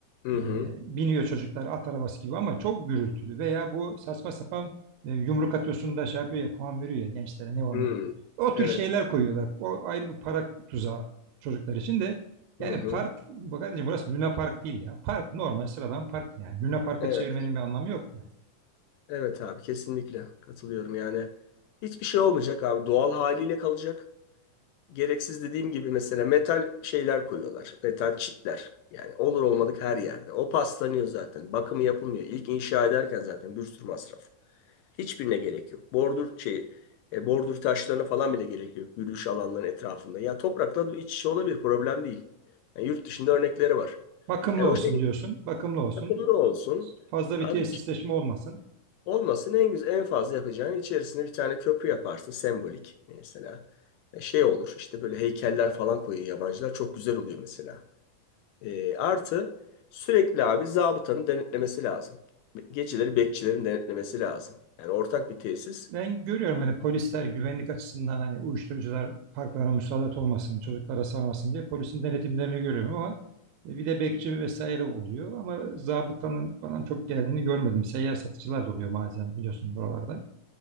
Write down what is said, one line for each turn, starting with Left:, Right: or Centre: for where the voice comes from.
Left: Hı
Right: E,
Left: hı.
Right: biniyor çocuklar at arabası gibi ama çok gürültülü veya bu saçma sapan e, yumruk atıyorsun da şey yapıyor ya puan veriyor ya gençlere ne onlar.
Left: Hı.
Right: O tür
Left: Evet.
Right: şeyler koyuyorlar. O ayrı bir para tuzağı çocuklar için de yani
Left: Hı hı.
Right: park bu kardeşim burası Luna Park değil ya. Park normal sıradan park yani. Luna Park'a
Left: Evet.
Right: çevirmenin bir anlamı yok yani.
Left: Evet abi kesinlikle katılıyorum. Yani hiçbir şey olmayacak abi. Doğal haliyle kalacak. Gereksiz dediğim gibi mesela metal şeyler koyuyorlar. Metal çitler. Yani olur olmadık her yerde. O paslanıyor zaten. Bakımı yapılmıyor. İlk inşa ederken zaten bir sürü masraf. Hiçbirine gerek yok. Bordür şey e, bordür taşlarına falan bile gerek yok. Yürüyüş alanların etrafında. Ya toprakla iç içe olabilir. Problem değil. Yani yurt dışında örnekleri var.
Right: Bakımlı
Left: Yani
Right: olsun
Left: o şekilde
Right: diyorsun. Bakımlı olsun.
Left: bakımlı olsun.
Right: Fazla bir
Left: Abi
Right: tesisleşme olmasın.
Left: Olmasın en güzel en fazla yapacağın içerisine bir tane köprü yaparsın sembolik mesela. E, Şey olur işte böyle heykeller falan koyuyor yabancılar çok güzel oluyor mesela. E, artı sürekli abi zabıtanın denetlemesi lazım. Geceleri bekçilerin denetlemesi lazım. Yani ortak bir tesis.
Right: Ben görüyorum hani polisler güvenlik açısından hani uyuşturucular parklara müsaade olmasın, çocuklara sarmasın diye polisin denetimlerini görüyorum ama e, bir de bekçi vesaire oluyor ama zabıtanın falan çok geldiğini görmedim. Seyyar satıcılar da oluyor bazen biliyorsun buralarda.